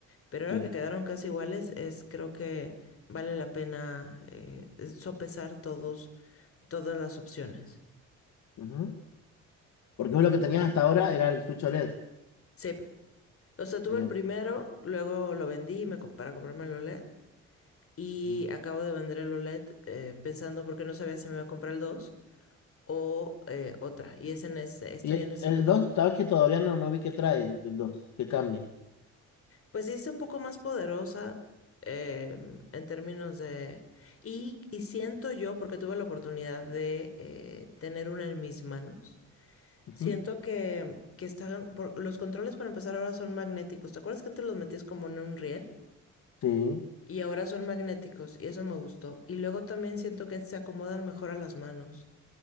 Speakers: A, on the left (about 50°); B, on the left (about 65°).
A: pero ahora
B: Sí.
A: que quedaron casi iguales, es creo que vale la pena eh, sopesar todos, todas las opciones.
B: ujú. Porque vos lo que tenías hasta ahora era el Switch OLED.
A: Sí, o sea, tuve
B: Bien.
A: el primero, luego lo vendí y me, com- para comprarme el OLED y
B: ujú.
A: acabo de vender el OLED eh, pensando porque no sabía si me iba a comprar el 2 o eh, otra, y es en ese, estoy
B: Y e-
A: en ese
B: el
A: lugar.
B: dos sabes que todavía no, no vi qué trae el, el 2, que cambia.
A: Pues sí, está un poco más poderosa em, en términos de... Y, y siento yo, porque tuve la oportunidad de eh, tener una en mis manos,
B: Ujú,
A: siento que, que están... por- los controles para empezar ahora son magnéticos. ¿Te acuerdas que antes los metías como en un riel?
B: Sí.
A: Y ahora son magnéticos y eso me gustó. Y luego también siento que se acomodan mejor a las manos.